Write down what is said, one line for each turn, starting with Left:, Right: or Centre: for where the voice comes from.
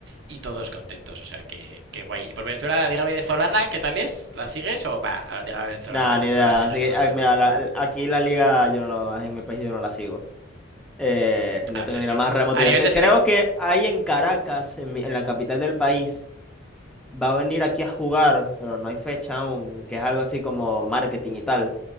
Right: y todos contentos, o sea, que, que guay. ¿Y por Venezuela, la liga venezolana, qué tal es? ¿La sigues o va? A la liga venezolana
Centre: Nada, ni idea.
Right: no la sigues
Centre: Así que,
Right: demasiado,
Centre: ah, mira, la- aquí la liga, yo no, en mi país yo no la sigo. Eh, no
Right: haces
Centre: tengo ni la
Right: bien.
Centre: más remota
Right: A
Centre: idea.
Right: nivel
Centre: Te-
Right: de
Centre: creo
Right: selección...
Centre: que hay en Caracas, en, mi- en la capital del país. va a venir aquí a jugar, pero no hay fecha aún, que es algo así como marketing y tal.